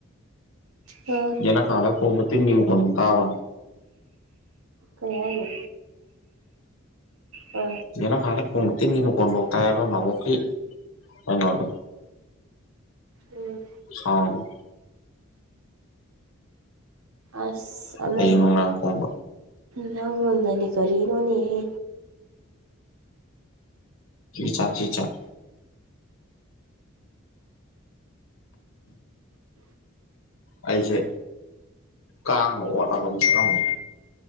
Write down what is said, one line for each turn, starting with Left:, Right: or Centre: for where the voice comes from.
Right: ꯍꯨꯝ
Left: ꯌꯦꯅꯈꯥꯗ ꯀꯣꯃ <unintelligible> ꯇꯤꯟꯅꯤ ꯅꯤꯡꯝ ꯀꯣꯟꯃ ꯇꯋꯥ
Right: ꯀꯩ ꯍꯥꯢꯅꯣ ꯍꯥ
Left: ꯌꯦꯅꯈꯥꯗ ꯈꯣꯡꯗ ꯇꯤꯟꯒꯤ ꯃꯈꯣꯟꯕꯧ ꯇꯥꯑꯦꯕ ꯃꯕꯣꯛꯀꯤ ꯀꯩꯅꯣꯗꯣ
Right: ꯎꯝ
Left: ꯁꯥꯎ꯭ꯔꯗꯣ
Right: ꯑꯁ ꯑꯃꯔ
Left: ꯍꯌꯤꯡ ꯅꯨꯡꯗꯥꯡ ꯈꯣꯡꯕ
Right: ꯅꯪꯑꯣꯟꯗꯅꯤ ꯀꯔꯤꯅꯣꯍꯦ
Left: ꯆꯤ ꯆꯥꯛ ꯆꯤ ꯆꯥꯛ
Right: ꯍꯨꯝ <inaudible>
Left: ꯑꯩꯁꯦ ꯀꯥꯡꯅ ꯑꯣꯠꯂꯕ ꯃꯤꯁꯛ ꯑꯃꯅꯤ